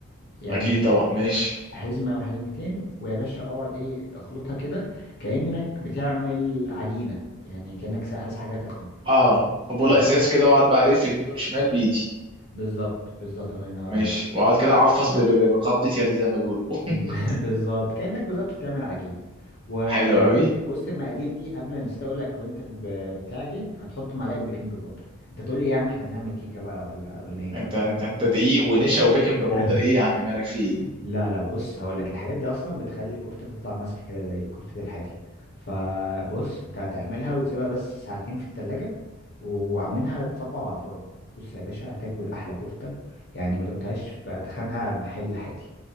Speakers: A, on the left; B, on the right.
A: يعني
B: اكيد طبعا ماشي
A: حزمه وحزمتين ويا باشا اقعد ايه اخلطها كده كانك بتعمل عجينه يعني كانك عايز حاجه تخمر
B: اه فبوله
A: حلو
B: ازاز كده واقعد بقى الف يمين وشمال بايدي
A: بالظبط بالظبط الله ينور
B: ماشي
A: عليك
B: واقعد كده اعفص ب- ب- ب- بقبضه يدي زي ما بيقولوا <laughs>
A: ب- <laughs> بالظبط كأنك بالظبط بتعمل عجينة و
B: حلو
A: مم.
B: قوي
A: وسط المقادير دي قبل أنا نسيت اقول لك وانت ب- بتعجن هتحط معلقة بيكنج باودر انت تقول لي إيه يا عم احنا بنعمل كيكة بقى ولا ولا ايه الجو
B: انت
A: ده
B: انت انت دقيق ونشا وبيكنج باودر
A: <laughs>
B: ايه يا عم مالك في ايه
A: لا لا بص هقول لك الحاجات دي اصلا بتخلي الكفته تطلع ماسكه كده زي كفته الحاتي فبص انت هتعملها وتسيبها بس ساعتين في التلاجة وعاملينها تصبع على الفرن بص يا باشا هتاكل احلى كفته يعني ما دقتهاش في اتخنها محل حاتي